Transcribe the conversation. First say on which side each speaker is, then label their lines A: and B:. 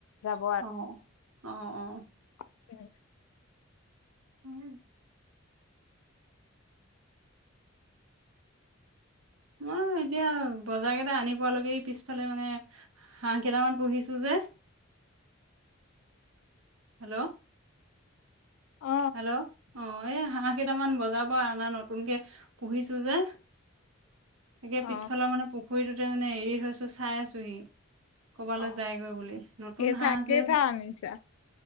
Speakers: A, on the left (about 80°); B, on the right (about 85°).
A: যাব
B: অ, অ, অ।
A: উম।
B: হম। অ, এতিয়া। বজাৰ কেইটা আনি পোৱালৈকে, পিছফালে মানে হাঁহ কেইটামান পুহিছো যে। হেল্ল'?
A: অ
B: হেল্ল' অ, এই হাঁহ কেইটামান বজাৰৰ পৰা অআনা নতুনকে পুহিছো যে। তাকে
A: অ
B: পিছফালৰ মানে পুখুৰীটোতে মানে এৰি থৈছো। চাই, আছোহি। কৰবালৈ
A: অ
B: যায়গৈ বুলি নতুন
A: কেইটা
B: হাঁহ,
A: কেইটা
B: যে।
A: আনিছা